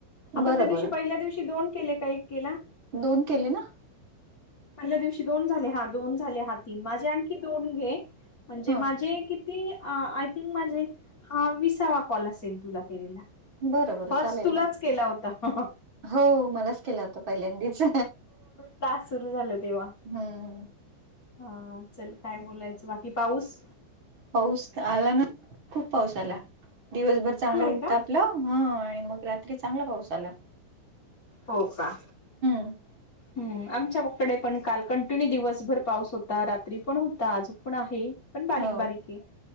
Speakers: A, on the left; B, on the right.
A: आपण
B: बरं
A: त्या दिवशी
B: बरं
A: पहिल्या दिवशी दोन केले का एक केला....
B: दोन केले ना.......
A: पहिल्या दिवशी दोन झाले हा दोन झाले हा तीन माझे आणखी दोन घे म्हणजे
B: ह
A: माझे की...... ते आय थिंक माझे हा विसावा कॉल असेल तुला केलेला......
B: बरं बरं
A: फर्स
B: चालेल
A: तुलाच
B: ना
A: केला होता हा........
B: हो मलाच केला होत पहिल्यांदाच........
A: टास्क सुरू झाल तेव्हा.......
B: हम्म....
A: हा चल काय बोलायचं बाकी पाऊस.....
B: पाऊस आला ना खूप पाऊस आला दिवसभर चांगला
A: आलाय
B: हुत
A: का
B: आपलं.... हा आणि मग रात्री चांगला पाऊस आला....
A: हो का.
B: हम्. <unintelligible>
A: हम्म आमच्याकडे पण काल कंटिन्यू दिवसभर पाऊस होता रात्री पण होता आजून पण आहे.... पण बारीक
B: हो
A: बारीक आहे.